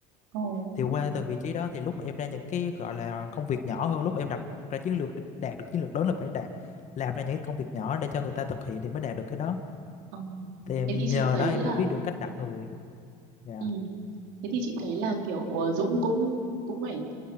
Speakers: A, on the right; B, on the left.
A: ồ.
B: thì qua từng vị trí đó thì lúc mà em ra những cái gọi là công việc nhỏ hơn lúc mà em đặt ra chiến lược để đạt được chiến lược lớn là phải đạt làm ra những cái công việc nhỏ để cho người ta thực hiện thì mới đạt được cái đó
A: Ờ.
B: thì em
A: thế thì chị
B: nhờ
A: thấy
B: đó em
A: là
B: mới biết được cách đặt người dạ
A: ừ, thế thì chị thấy là kiểu ờ, Dũng cũng cũng phải